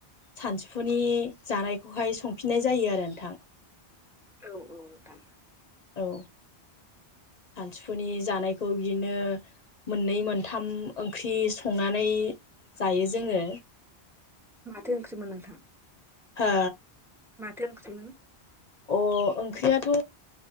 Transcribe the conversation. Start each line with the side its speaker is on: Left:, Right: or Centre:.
Left: सानसोफुनि जानायखौहाय संफिननाय जायो आरो नोंथां
Centre: औ औ नोंथां
Left: औ सानसुफुनि जानायखौ बिदिनो मोननै मोनथाम ओंख्रि संनानै जायो जोङो
Centre: माथो ओंख्रिमोन नोंथां
Left: हा
Centre: माथो ओंख्रिमोन
Left: अ ओंख्रियाथ'